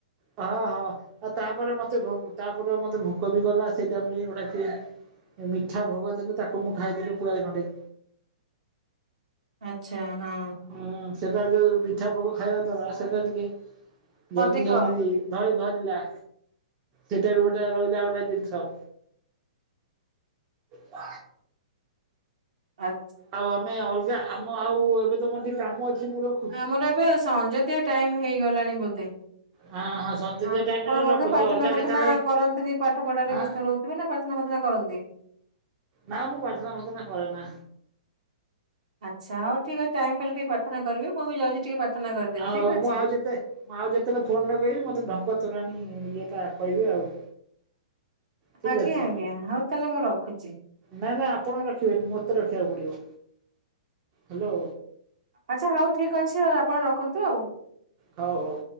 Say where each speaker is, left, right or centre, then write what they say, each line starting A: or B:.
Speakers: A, on the right; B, on the right.
A: ହଁ ହଁ ଆଉ ତାପରେ ମତେ ତାପରେ ମତେ ଭୋକ ବି କଲା ସେଇଟା ଗୋଟା କି ମିଠା ଭୋଗ ଦେଲେ ତାକୁ ମୁଁ ଖାଇଦେଲି ପୁଳାଏ ଖଣ୍ଟେ।
B: ଆଚ୍ଛା ହଁ।
A: ହୁଁ ସେଟା ଯୋଉ ମିଠା ପୋକ ଖାଇବା ଦ୍ୱାରା ସେଟା ଟିକେ ଜଲଦି
B: ଅଧିକ
A: ଜଲଦି ଧଇ ଧରିଲା ସେଟା ବି ଗୋଟେ ରହିଲା ଗଣ୍ଡା ଜିନିଷ। ଭ
B: ଆ
A: ଆଉ ଆମେ ଅଲଗା ଆମ ଆଉ ଏବେ ତ ମୋର ଟିକେ କାମ ଅଛି ମୋର
B: ଆମର ଏବେ ସଞ୍ଜ ଦିଆ ଟାଇମ ହେଇଗଲାଣି ବୋଧେ
A: ହଁ ସଞ୍ଜୟ
B: ହଁ
A: ଟାଇମରେ
B: ଆପଣ ବେ
A: ରଖୁଛି
B: ପ୍ରାର୍ଥନା
A: ଅଲଗା
B: ପ୍ରାର୍ଥନା
A: କେତେବେଳେ
B: କରନ୍ତିନି ପାଠ ପଢାରେ
A: ଆଁ
B: ବ୍ୟସ୍ତ ରହୁ ଥିବେ ସେମାନେ ପ୍ରାର୍ଥନା ପ୍ରାର୍ଥନା କରନ୍ତି।
A: ନା ମୁଁ ପାର୍ଥନା ପଥନା କରେନା।
B: ଆଚ୍ଛା ହଉ ଠିକ ଅଛି ଟାଇମ ପାଇଲେ ଟିକେ ପ୍ରାର୍ଥନା କରିବି ମୁଁ ବି ଯାଉଛି ଟିକେ ପ୍ରାର୍ଥନା କରିଦବି
A: ଆଉ
B: ଠିକ ଅଛି।
A: ମୁଁ ଆଉ ଯେତେ ମୁଁ ଆଉ ଯେତେବେଳେ ଫୋନ ଲଗେଇବି କହିବି ମତେ ଢଙ୍କ ତୋରାଣୀ ଇଏଟା କହିବେ ଆଉ। ଠିକ୍
B: ଆଜ୍ଞା
A: ଅଛି
B: ଆଜ୍ଞା ହଉ ତାହେଲେ ମୁଁ ରଖୁଛି।
A: ନାଇଁ ନାଇଁ ଆପଣ ରଖିବେନି ମତେ ରଖିବାକୁ ପଡିବ ହାଲୋ
B: ଆଚ୍ଛା ହଉ ଠିକ ଅଛି ଆଉ ଆପଣ ରଖନ୍ତୁ ଆଉ।
A: ହଉ ହଉ।